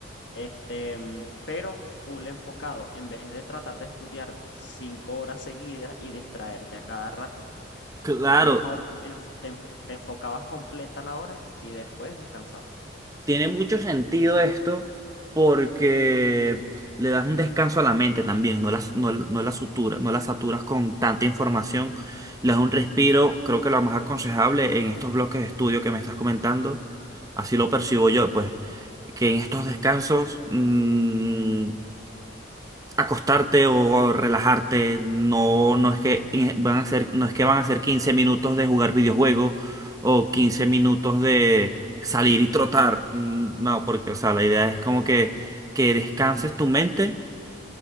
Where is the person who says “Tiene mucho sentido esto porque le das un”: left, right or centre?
Right